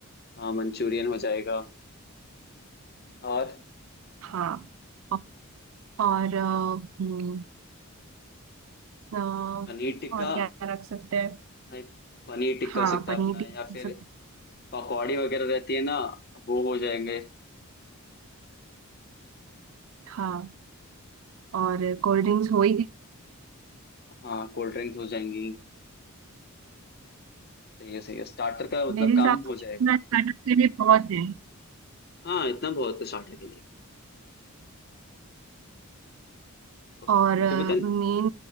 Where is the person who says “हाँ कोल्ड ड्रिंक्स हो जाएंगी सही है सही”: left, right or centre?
Left